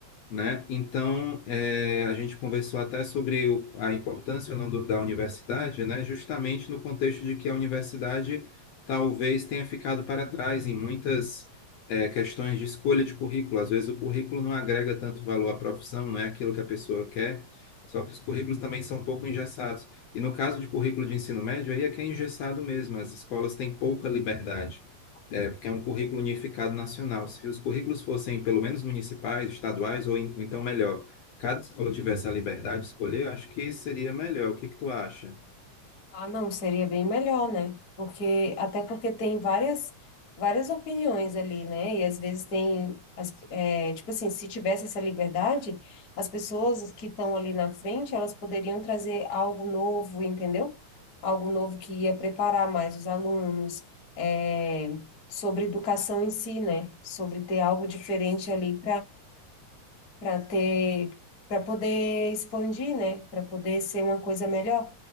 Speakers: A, on the left; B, on the left.
A: né? Então, eh, a gente conversou até sobre o- a importância ou não do- da universidade, né? Justamente no contexto de que a universidade talvez tenha ficado para trás em muitas eh, questões de escolha de currículo. Às vezes o currículo não agrega tanto valor à profissão, não é aquilo que a pessoa quer, só que os currículos também são um pouco engessados. E no caso de currículo de ensino médio, aí é que é engessado mesmo, as escolas têm pouca liberdade. É, porque é um currículo unificado nacional. Se os currículos fossem pelo menos municipais, estaduais, ou, em- ou então melhor, cada escola tivesse a liberdade de escolher, eu acho que seria melhor. O que que tu acha?
B: Ah, não, seria bem melhor, né? Porque até porque tem várias várias opiniões ali, né? E às vezes tem as, é, tipo assim, se tivesse essa liberdade, as pessoas que estão ali na frente, elas poderiam trazer algo novo, entendeu? Algo novo que ia preparar mais os alunos, é, sobre educação em si, né? Sobre ter algo diferente ali para ter, para poder expandir, né? Para poder ser uma coisa melhor.